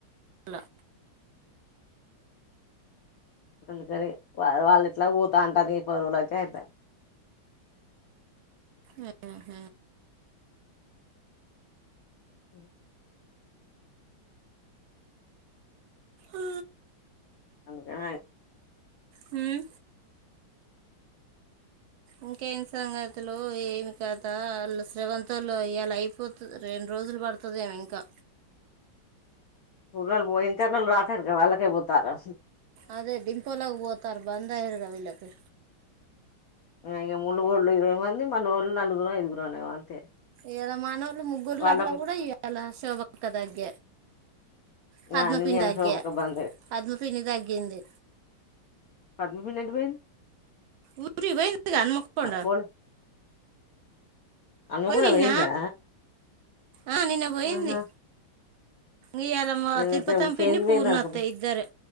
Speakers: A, on the right (about 75°); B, on the left (about 65°).
A: అలా
B: అందుకని వా వాళ్ళు ఇట్లా పోఊతా అంటారు ఈ పరువుల అయితే ఐపాయ్
A: హ్మ్మ్
B: అ <inaudible>
A: ఆ
B: అందుకే
A: హ్మ్మ్ ఇంకేం సంగతి ఇందులో ఏమి కత వాళ్ శవంతల్లో ఇలా అయిపోతుంది రెండు రోజులు పడుతుందిేమో ఇంకా
B: పర్లలు పో ఇంటర్నలు రాటారు క వాళ్ళకే పోతారా
A: అదే డింపల్లాగ పోతారు బంద్ అయ్యారుగా ఏళ్లకు
B: ఇంక ముడుగుోళ్ళు ఇరవై మంది మన వాళ్ళు నాలుగురు ఐదుగురునే అంతే
A: ఇయల మనోర్ ముగ్గురుల
B: వాళ్ళకు
A: అట్ల కూడా ఇయాల శోభక్క దగ్గ పద్మ
B: ఆ నిన్నేళ్ళ
A: పిన్నీ తగ్గే
B: శోభక్క బంద్
A: పద్మ పిన్ని తగ్గింది
B: పద్మ పిన్ని ఎటువెంది
A: ఉరికి పోయింది గా హన్నకొండ
B: పోలే హన్మకొండ
A: నిన్న
B: పోయిందా
A: ఆ నిన్న పోయింది
B: ఆహా
A: ఇయల మా
B: నేను
A: తిరుపతమ
B: ఇంకా చేనికి
A: పిన్ని పూర్ణత్త
B: పోయింది అనుకున్నా
A: ఇద్దరే